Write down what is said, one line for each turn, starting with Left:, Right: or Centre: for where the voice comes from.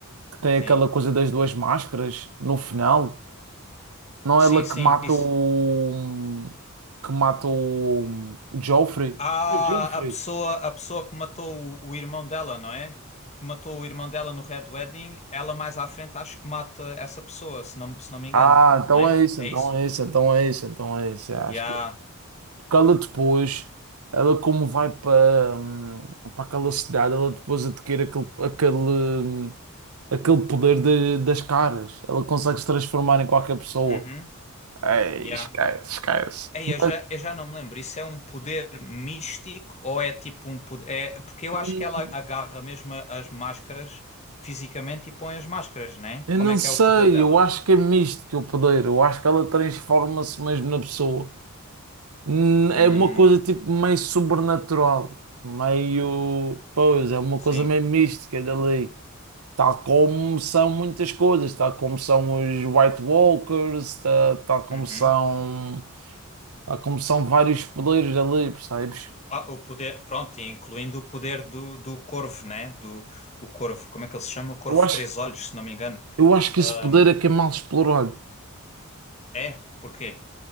Right: que tem
Left: Sim.
Right: aquela coisa das duas máscaras no final. Não
Left: Sim,
Right: é ela
Left: sim,
Right: que mata
Left: isso.
Right: o. Que mata o. o Joffrey.
Left: Ah,
Right: Acho que é Joffrey.
Left: a pessoa, a pessoa que matou o, o irmão dela, não é? Que matou o irmão dela no Red Wedding, ela mais à frente acho que mata essa pessoa, se não, se não me engano,
Right: Ah, então
Left: não é?
Right: é isso,
Left: É
Right: então
Left: isso?
Right: é isso, então é isso, então é isso. Acho
Left: Yeah.
Right: que que ela depois, ela como vai para, hum, para aquela cidade, ela depois adquire aquele, aquele, hum, aquele poder de- das caras. Ela consegue se transformar em qualquer pessoa.
Left: Uhum.
Right: Ei,
Left: Yeah.
Right: esquece, esquece.
Left: Ei,
Right: Mas,
Left: eu já, eu já não me lembro. Isso é um poder místico ou é tipo um poder. É, porque eu
Right: hum,
Left: acho que ela agarra mesmo a- as máscaras fisicamente e põe as máscaras, não é?
Right: eu
Left: Como
Right: não
Left: é que
Right: sei,
Left: é o poder dela?
Right: eu acho que é místico o poder. Eu acho que ela transforma-se mesmo na pessoa. Hum,
Left: Hum,
Right: É uma coisa tipo meio sobrenatural, meio. Pois, é uma
Left: sim.
Right: coisa meio mística dali. Tal como são muitas coisas, tal como são os White Walkers, ta- tal, como
Left: Uhum.
Right: são, tal como são vários poderes ali, percebes?
Left: Ah, o poder, pronto, e incluindo o poder do, do corvo, né? Do, o corvo, como é que ele se chama? O corvo
Right: Eu acho,
Left: de três olhos, se não me engano.
Right: eu acho que
Left: Ahm,
Right: esse poder é que é mal explorado.
Left: é, porquê?